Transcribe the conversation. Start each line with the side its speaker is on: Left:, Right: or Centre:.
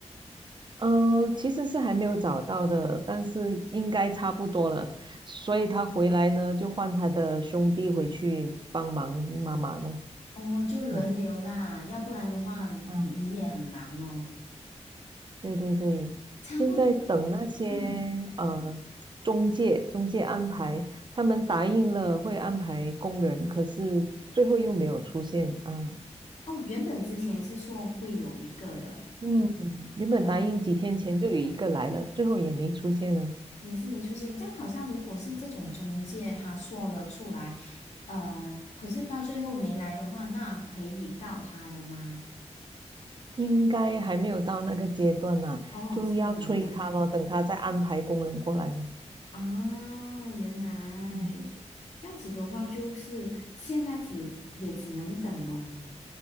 Right: 嗯，呃其实是还没有找到的，但是应该差不多了，所以他回来呢，就换他的兄弟回去帮忙妈妈咯，
Left: 哦，就轮流啦，
Right: 嗯
Left: 要不然的话，你你也很忙哦。
Right: 嗯对对对，
Left: 差不多，
Right: 现在等那些呃中介中介安排，
Left: 嗯，
Right: 他们答应了会安排工人，可是最后又没有出现啊。
Left: 哦，原本之前是说会有一个的，
Right: 嗯，原本答应几天前就有一个来了，
Left: 然后
Right: 最后也没出现呢，
Left: 也是没出现。这样好像如果是这种中介他说了出来，呃，可是到最后没来的话，那可以告他的吗？
Right: 应该还没有到那个阶段呢、
Left: 哦，
Right: 就要催他咯，
Left: 是不能的
Right: 等他再安排工人过来咯
Left: 啊，原来
Right: 嗯
Left: 这样子的话，就是现在只也只能等哦。